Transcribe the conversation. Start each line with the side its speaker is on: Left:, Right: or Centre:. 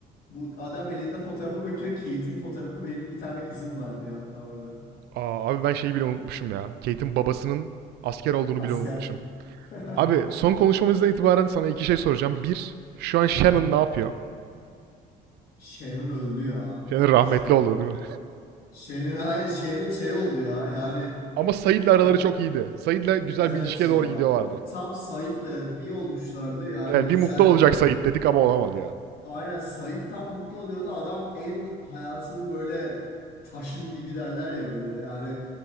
Left: Bu adam elinde fotoğrafa bakıyor. Kate'in fotoğrafı benim bir tane kızım var diyor hatta orada.
Right: Aa, abi ben şeyi bile unutmuşum ya. Kate'in babasının asker olduğunu
Left: Asker.
Right: bile unutmuşum.
Left: <laughs>
Right: Abi son konuşmamızdan itibaren sana iki şey soracağım. Bir, şu an Shannon
Left: Aha.
Right: ne yapıyor?
Left: Sharon öldü ya.
Right: Shannon rahmetli
Left: Sharon.
Right: oldu değil mi?
Left: Şey'nin ay- şeyinin şey oldu ya yani
Right: <laughs> Ama Said'le araları
Left: o
Right: çok iyiydi. Said'le güzel
Left: evet
Right: bir ilişkiye
Left: ya
Right: doğru gidiyorlardı.
Left: tam Sait'le bir olmuşlardı yani
Right: Evet, bir
Left: güzeldi.
Right: mutlu olacak Sait dedik ama olamadı ya.
Left: Aynen Sait tam mutlu oluyordu adam en hayatının böyle taşın dibi derler ya böyle yani